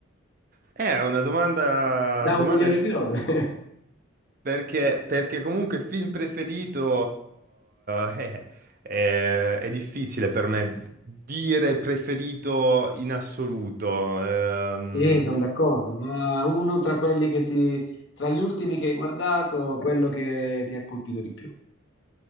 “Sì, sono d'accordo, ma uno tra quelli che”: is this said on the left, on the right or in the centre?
Left